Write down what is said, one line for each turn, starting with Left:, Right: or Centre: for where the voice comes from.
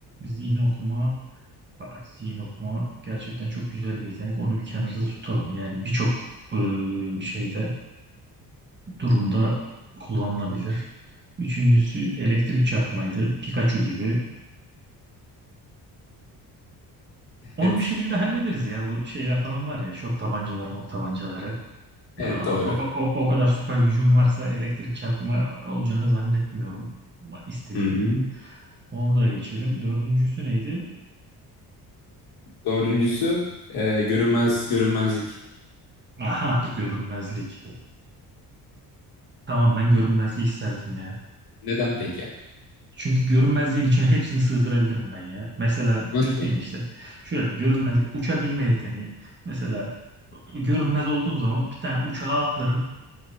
Right: Zihin okuma bak zihin okuma gerçekten çok güzel bir yetenek. Onu bir kenarda tutalım. Yani birçok eee, şeyde durumda kullanılabilir. Üçüncüsü elektrik çarpmaydı. Pikachu gibi. Onu
Left: Evet.
Right: bir şekilde hallederiz ya. Bu şeyler falan var ya. Şok tabancaları, mok tabancaları. Aa,
Left: Evet doğru.
Right: O, o- o kadar süper gücüm varsa elektrik çarpma olacağını zannetmiyorum Ama istediğimin.
Left: Hı hı.
Right: Onu da geçelim. Dördüncüsü neydi?
Left: Dördüncüsü e, görünmez görünmezlik.
Right: Aha, görünmezlik. Tamam ben görünmezliği isterdim ya.
Left: Neden peki?
Right: Çünkü görünmezliğin içine hepsini sığdırabilirim ben ya. Mesela
Left: Nasıl?
Right: diyorsun
Left: yani?
Right: ya işte şöyle görünmezlik uçabilme yeteneği. Mesela görünmez olduğun zaman bir tane uçağa atlarım